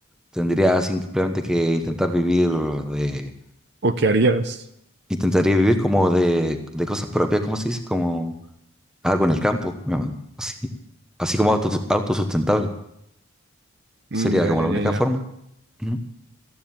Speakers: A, in the centre; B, on the right.
A: Tendría simplemente que intentar vivir de,
B: ¿O qué harías?
A: intentaría vivir como de, de cosas propias, ¿cómo se dice? Como algo en el campo, ¿no? así, así como auto, autosustentable.
B: Mm,
A: Sería
B: ya,
A: como
B: ya,
A: la
B: ya,
A: única
B: ya.
A: forma. Ujú.